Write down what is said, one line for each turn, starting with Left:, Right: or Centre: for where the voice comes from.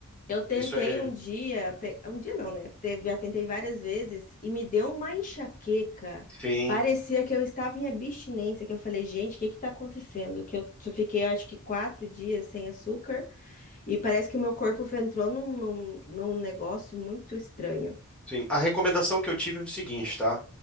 Left: Eu tentei
Centre: Isso é
Left: um dia, pe- um dia não, né? Teve, já tentei várias vezes e me deu uma enxaqueca.
Centre: Sim,
Left: Parecia que eu estava em abstinência, que eu falei, gente, o que que tá acontecendo? Que eu só fiquei, acho que quatro dias sem açúcar e parece que o meu corpo entrou num, num, num negócio muito estranho.
Centre: sim. A recomendação que eu tive é o seguinte, tá?